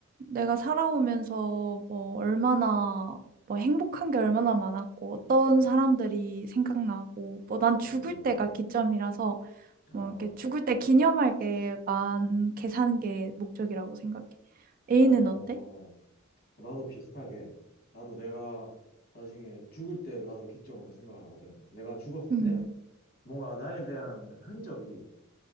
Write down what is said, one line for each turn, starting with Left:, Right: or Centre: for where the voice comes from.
Right: 내가 살아오면서 뭐 얼마나, 뭐 행복한 게 얼마나 많았고, 어떤 사람들이 생각나고, 뭐 난 죽을
Left: 음, 음.
Right: 때가 기점이라서,
Left: 음.
Right: 뭐
Left: 아,
Right: 이렇게 죽을 때 기념할 게 많게 사는 게 목적이라고 생각해. A는
Left: 어,
Right: 어때?
Left: 나도 비슷하게. 나도 내가 나중에 죽을 때를 나도 기점으로 생각을 하거든. 내가 죽었을
Right: 음,
Left: 때 뭔가 나에 대한 흔적이